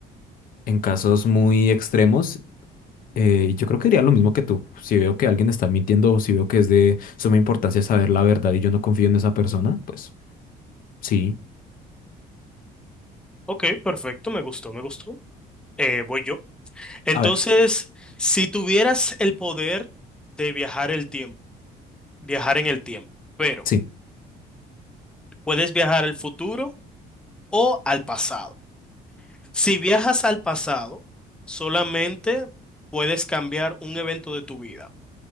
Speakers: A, on the left; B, in the centre.
A: en casos muy extremos. Eh, y yo creo que haría lo mismo que tú. Si veo que alguien está mintiendo o si veo que es de suma importancia saber la verdad y yo no confío en esa persona, pues sí.
B: Ok, perfecto, me gustó, me gustó. Eh, voy yo. Entonces,
A: A ver,
B: si tuvieras el poder de viajar el tiempo, viajar en el tiempo, pero
A: sí,
B: puedes viajar al futuro o al pasado. Si viajas al pasado, solamente puedes cambiar un evento de tu vida,